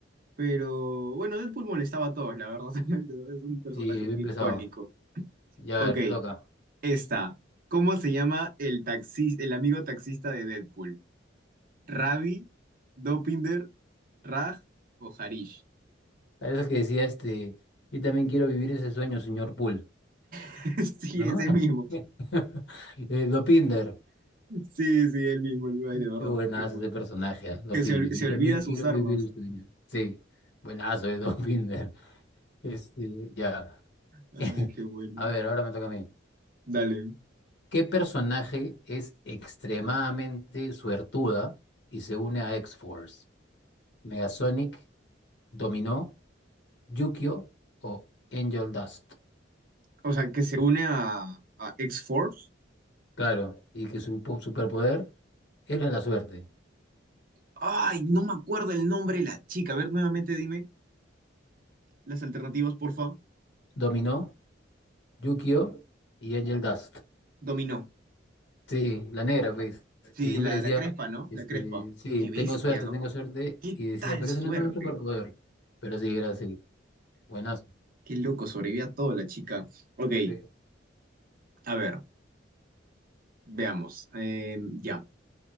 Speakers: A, on the right (about 50°); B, on the left (about 65°).
A: Pero bueno, Deadpool molestaba a todos, la verdad. <laughs> Es un personaje
B: Sí, bien
A: muy
B: pesado.
A: icónico.
B: Ya
A: Ok,
B: a ver, te toca.
A: esta. ¿Cómo se llama el taxi, el amigo taxista de Deadpool? ¿Ravi, Dopinder, Raj o Harish?
B: Parece que decía este, yo también quiero vivir ese sueño, señor Poole,
A: <laughs> Sí,
B: ¿no?
A: ese mismo.
B: <laughs> Eh, Dopinder,
A: Sí, sí, el mismo. el- Ay,
B: qué
A: de verdad,
B: buenazo
A: qué bueno.
B: ese personaje, ¿ah? Dopinder,
A: Que se, ol-
B: yo
A: se
B: también
A: olvida
B: quiero
A: sus armas.
B: vivir el sueño. Sí, buenazo de Dopinder. Este, ya.
A: Ay,
B: <laughs>
A: qué bueno.
B: A ver, ahora me toca a mí.
A: Dale.
B: ¿Qué personaje es extremadamente suertuda y se une a X-Force? ¿Megasonic, Dominó, Yukio o Angel Dust?
A: O sea, que se une a, a X-Force.
B: Claro, y que su po- superpoder era la suerte.
A: Ay, no me acuerdo el nombre de la chica. A ver, nuevamente dime las alternativas, porfa.
B: Dominó, Yukio y Angel Dust.
A: Dominó.
B: Sí, la negra, pues,
A: Sí,
B: que siempre
A: la,
B: decía,
A: la Crespa, ¿no?
B: este,
A: La Crespa.
B: sí,
A: Qué bestia,
B: tengo suerte,
A: ¿no?
B: tengo suerte,
A: Qué
B: y decía,
A: tal
B: pero
A: suerte.
B: eso no es un superpoder. Pero sí, era así, buenazo.
A: Qué loco, sobrevivió a todo la chica. Ok,
B: Sí.
A: a ver, veamos. Eh, ya.